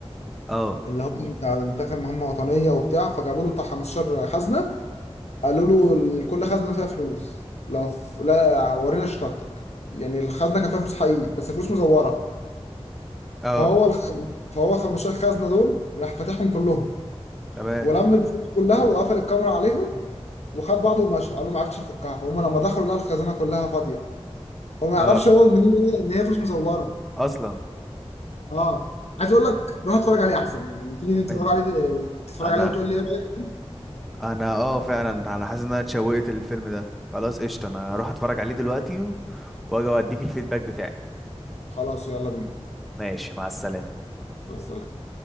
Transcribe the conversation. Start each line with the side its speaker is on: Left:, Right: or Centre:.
Centre: اه
Left: اللي هم بتاع دخل مهمة وطنية وبتاع فجابوا له بتاع 15 خزنة قالوا له ال- كل خزنة فيها فلوس لو ف... لا ورينا شطارتك يعني الخزنة كان فيها فلوس حقيقي بس فلوس مزورة
Centre: اه
Left: فهو الخ... فهو 15 خزنة دول راح فاتحهم كلهم
Centre: تمام
Left: ولم الفلوس كلها وقفل الكاميرا عليهم وخد بعضه ومشى قال له ما عرفتش يفكها فهم لما دخلوا لقوا الخزنة كلها فاضية هو ما
Centre: اه
Left: يعرفش هو ان هي ان هي فلوس مزورة
Centre: اصلا
Left: اه عايز اقول لك روح اتفرج عليه احسن تيجي نتفرج
Centre: إن-
Left: عليه تتفرج
Centre: انا
Left: عليه وتقول لي ايه رأيك
Centre: انا اه فعلا انا حاسس ان انا اتشوقت للفيلم ده خلاص قشطة انا هروح اتفرج عليه دلوقتي و- واجي اديك الفيدباك بتاعي
Left: خلاص يلا بينا
Centre: ماشي مع السلامة
Left: مع السلامة